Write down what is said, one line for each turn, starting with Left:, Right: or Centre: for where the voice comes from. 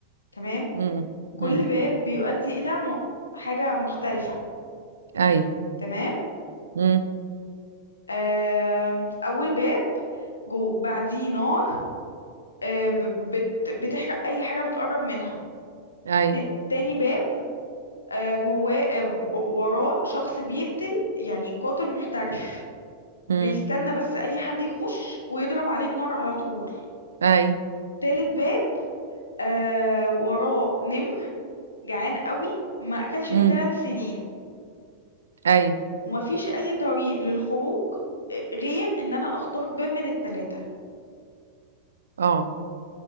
Left: تمام
Right: امم
Left: كل
Right: امم
Left: باب بيؤدي الى م- حاجه مختلفه
Right: اي
Left: تمام
Right: امم
Left: آم، أول باب جو بعديه نار آه، ب- بت بتحرق أي حاجة بتقرب منها
Right: اي
Left: ت- تاني باب آه، جواه آه، ب- وراه شخص بيقتل يعني قاتل محترف
Right: امم
Left: بيستنى بس أي حد يخش ويضرب عليه النار على طول
Right: اي
Left: تالت باب آه، وراه نمر جعان قوي ما أكلش من
Right: امم
Left: ثلاث سنين
Right: اي
Left: ومفيش أي طريق للخروج آه، غير إن أنا أختار باب من التلاتة
Right: اه